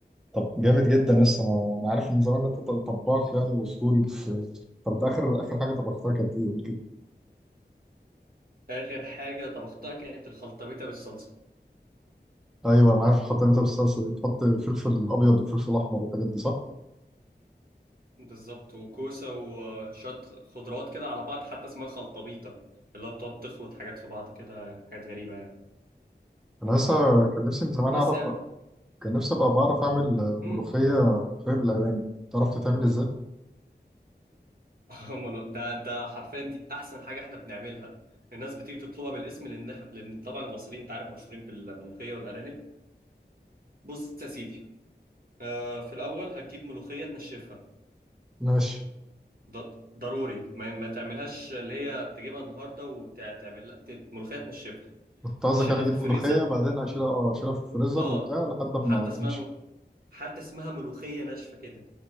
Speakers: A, in the centre; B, on the right (about 55°).
A: طب جامد جدا يا اسطى انا انا عارف من زمان ان انت ط- طباخ يعني واسطوري بس طب انت اخر اخر حاجه طبختها كانت ايه قول كده
B: اخر حاجة طبختها كانت الخلطبيطة بالصلصة
A: ايوه انا عارف خطيبتها بالصلصه دي تحط فلفل ابيض وفلفل احمر والحاجات دي صح
B: بالظبط وكوسة وشوية خضروات كده على بعض حتى اسمها خلطبيطة اللي هو بتقعد تخلط حاجات في بعض كده حاجات غريبة يعني
A: انا لسه كان نفسي من زمان
B: بس
A: اعرف
B: يا عم
A: كان نفسي ابقى بعرف اعمل
B: مم.
A: ملوخيه ملوخيه بالارانب تعرف تتعمل ازاي
B: أمال ده ده حرفيا دي احسن حاجه احنا بنعملها الناس بتيجي تطلبها بالاسم لان إح- لان طبعا المصريين انت عارف مشهورين بالملوخيه والارانب بص يا سيدي آه في الاول هتجيب ملوخيه تنشفها
A: ماشي
B: ض- ضروري ما, ما تعملهاش اللي هي تجيبها النهارده وتعمل لا ت- ملوخيه تنشفها
A: كنت قصدك
B: تشيلها
A: انا اجيب
B: في الفريزر
A: ملوخيه بعدين اشيلها اه اشيلها في الفريزر
B: اه
A: وبتاع لحد ما
B: حتى اسمها
A: تنشف
B: م... حتى اسمها ملوخيه ناشفه كده